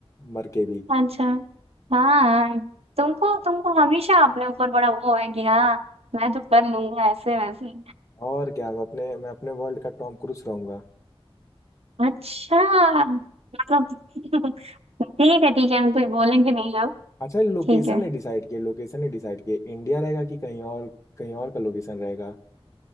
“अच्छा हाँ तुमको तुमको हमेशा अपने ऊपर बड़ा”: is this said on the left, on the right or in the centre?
Right